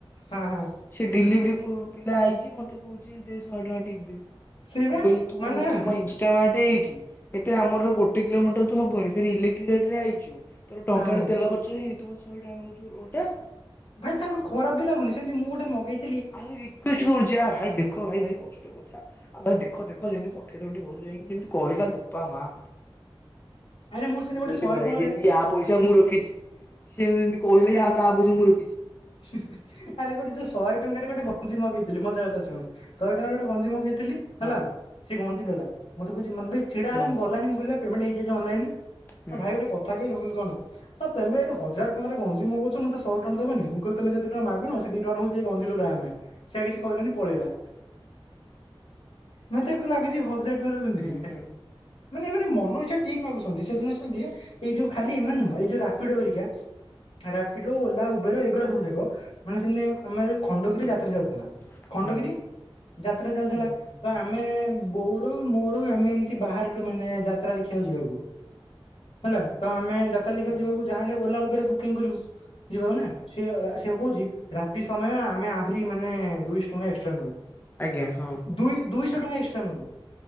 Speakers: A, on the left; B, on the left.
A: ହଁ ହଁ
B: ସେ ଡେଲିଭରି ପିଲା ଆଇଛି ମତେ କହୁ ଶହେ ଟଙ୍କା ମୁଁ
A: ସେଇବା
B: କହିଲି ତୁ
A: ମାନେ ହଁ
B: ତମ <unintelligible> ଏଇଠି। ଏତେ ଆମର ଗୋଟେ କିଲୋମିଟର ତ ହବନି ଫେର ଇଲେକ୍ଟ୍ରିକ ଗାଡିରେ ଆଇଛୁ। ତୋର ଟଙ୍କାଟେ
A: ହଁ
B: ତେଲ ଖର୍ଚ୍ଚ ହେଇନି ତୁ ମତେ ଶହେ ଟଙ୍କା ମାଗୁଛି ଓଲଟା।
A: ଭାଇ ତାଙ୍କୁ ଖରାପ ବି ଲାଗୁନି ସେମିତି ମୁଁ ଗୋଟେ ମଗେଇଛି।
B: ଆହୁରି ରିକ୍ୱେଷ୍ଟ କରୁଛି ଆ ଭାଇ ଦେଖ ଭାଇ ଭାରି କଷ୍ଟ। ଥା ଆଉ ଭାଇ ଦେଖ ଦେଖ ଯେମିତି ପଠେଇ ଦବ ଘରୁ ଯାଇକି ଯେମିତି କହିଲା ବୋପା ମା।
A: ଆରେ ସେମିତି
B: ମୁଁ
A: ଗୋଟେ
B: କହିଲି
A: ଶହେ
B: ଭାଇ।
A: ଟଙ୍କାରେ
B: ଯେମିତି ୟା ପଇସା ମୁଁ ରଖିଛି ସେମତି କହିଲି ଯେ ତା ଆ ତା ପଇସା ମୁଁ ରଖିଛି।
A: ହ ଆରେ ଗୋଟେ ଯୋଉ ଶହେଟଙ୍କାରେ ଗୋଟେ ଗଞ୍ଜି ମଗେଇଥିଲ ମଜା କଥା ଶୁଣ ଶହେ ଟଙ୍କାରେ ଗୋଟେ ଗଞ୍ଜି ମଗେଇଥିଲି। ଥିଲି
B: ହଁ
A: ହେଲା ସେ ଗଞ୍ଜି ଦେଲା ମତେ କହୁଛି ମଧୁଭାଇ ଛିଡା ହେଲା
B: ହୁଁ
A: ମୁଁ ଗଲାନି ମୁଁ କହଲି ଭକୁ। ପେମେଣ୍ଟେ ହେଇଯାଇଚି ଅନଲାଇନିରେ
B: ହୁଁ।
A: ଭାଇ ଗୋଟେକ ଠାକୁର ଅନୁକୁଳ ଚନ୍ଦ୍ର ତମେ ଏଠି ହଜାର ଟଙ୍କାରେ ଗଞ୍ଜି ମଗଉଛ ମତେ ଶହେ ଟଙ୍କା ଦେବନି ମୁ। କହୁଚି ତମେ ଯୋଉ ଦି
B: ହୁଁ
A: ଟଙ୍କା ମାଗୁନ ସେ ଦି ଟଙ୍କା ହଉଚିଏଇ ଗଞ୍ଜିର ଦାଆମେ ସେ କିଛି କହିଲାନି ପଳେଇଲା। ମ ତେ ତ ଲାଗୁଚି ହଜାରେ ଟଙ୍କାର ଗଞ୍ଜି।
B: ହୁଁ ହୁଁ ହୁଁ
A: ମାନେ ମାନେ ମନ ଇଛା ଟିମ୍ ମାଗୁଛନ୍ତି ସେଦିନ ସେମିତି ଏଇ ଯୋଉ ଖାଲି ଏ ମାନେ ଏଇ ଯଉ ରାପିଡେ କରୁଛ। ରାପିଡ଼ୁ ଓଲା ଉବେର ଏ ଗୁରା ସବୁ ଯାକ। ମାନେ ସେମିତି ଆମର ଖଣ୍ଡଗିରି
B: ହୁଁ
A: ଯାତ୍ରା ଚାଲୁଥିଲା ଖଣ୍ଡଗିରି।
B: ହୁଁ
A: ଯାତ୍ରା ଚାଲିଥିଲା
B: ହୁଁ ହୁଁ
A: ତ
B: ହୁଁ।
A: ଆମେ ବଉ। ମୋର ମନ ଏମିତି ବାହାରିଲୁ ମାନେ ଯାତ୍ରା ଦେଖିବାକୁ ଯିବାକୁ। ହେଲା ତ ଆମେ ଯାତ୍ରା ଦେଖିବାକୁ
B: ହୁଁ
A: ଯିବାକୁ ଯାହାହେଲେ ଓଲା ଉବେର ବୁକିଂ କରୁବୁ ଯିବାକୁ ନା। ସିଏ ସିଏ କହୁଛି ରାତି ସମୟ ଆମେ ଆହୁରି ମାନେ ଦୁଇଶହ ଟଙ୍କା ଏକ୍ସଟ୍ରା ନବୁ।
B: ଆଜ୍ଞା ହଁ
A: ଦୁଇ ଦୁଇଶହ ଟଙ୍କା ଏଟ୍ରା ନବୁ।